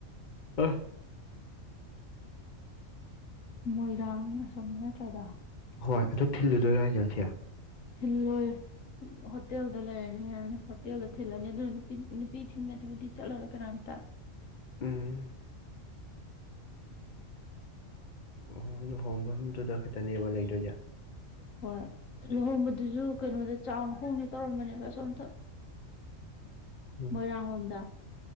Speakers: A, on the left; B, on the left.
A: ꯑ
B: ꯃꯣꯏꯔꯥꯡ ꯑꯁꯣꯝꯗ ꯅꯠꯇ꯭ꯔꯗ
A: ꯍꯣꯏ ꯑꯗꯨ ꯊꯤꯜꯂꯨꯗꯣꯏꯔ ꯍꯥꯏꯒꯁꯦ
B: ꯊꯤꯜꯂꯣꯏ ꯍꯣꯇꯦꯜꯗ ꯂꯩꯔꯅꯤ ꯍꯥꯏ ꯍꯣꯇꯦꯜꯗ ꯊꯤꯜꯂꯅꯤ ꯑꯗꯨꯅ ꯅꯨꯄꯤ ꯅꯨꯄꯤ ꯊꯤꯟꯕꯗꯨꯕꯨꯗꯤ ꯆꯠꯂꯔꯣꯏ ꯀꯅꯥꯝꯇ
A: ꯎꯝ ꯑꯣ ꯂꯨꯍꯣꯡꯐꯝꯗꯨꯗ ꯈꯛꯇꯅꯦꯕ ꯂꯩꯗꯣꯏꯖꯥ
B: ꯍꯣꯏ ꯂꯨꯍꯣꯡꯕꯗꯨꯁꯨ ꯀꯩꯅꯣꯗ ꯆꯥꯎꯅ ꯍꯣꯡꯉ ꯇꯧꯔꯝꯕꯅꯦꯕ ꯁꯣ ꯑꯝꯊ
A: ꯎꯝ
B: ꯃꯣꯏꯔꯥꯡ ꯂꯣꯝꯗ